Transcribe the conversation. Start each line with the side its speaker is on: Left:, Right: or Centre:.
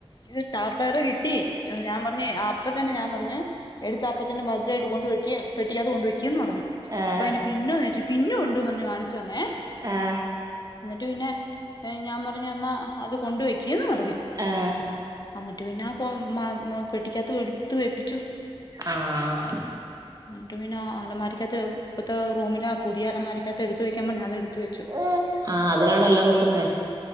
Left: ഇത് സ്റ്റാപ്പേറ് കിട്ടി ഞാൻ പറഞ്ഞെ അപ്പ തന്നെ ഞാൻ പറഞ്ഞു എടുത്താപ്പത്തന്നെ ഭദ്രായിട്ട് കൊണ്ടുവെയ്ക്ക് പെട്ടിക്കാത്ത് കൊണ്ട് വെയ് ക്ക്ന്ന് പറഞ്ഞു
Right: ആഹ്
Left: അപ്പൊ അയിൻ്റെ പിന്ന് ചോയിച്ചു പിന്നും ഉണ്ടുന്ന് പറഞ്ഞ് കാണിച്ച് തന്നേ
Right: ആഹ്
Left: എന്നിട്ട് പിന്നെ ഞാൻ പറഞ്ഞു എന്നാ അത് കൊണ്ട് വെയ്ക്ക് ക്ക്ന്ന് പറഞ്ഞ്
Right: ആഹ്
Left: എഅന്നിട്ട് പിന്നെ കൊ മ്മ മ പെട്ടിക്കാത്ത് വെടുത്ത് വേപ്പിച്ചു
Right: ആഹ്
Left: ട്ടു പിന്നാ അലമാരിക്കാത്ത് റൂമിലാ പുതിയ അലമാരിക്കകത്ത് എടുത്ത് വെക്കാൻ പറഞ്ഞ അത് എടുത്തു വെച്ചു.
Right: ആഹ് അതിലാണോ എല്ലാം വെക്കുന്നേ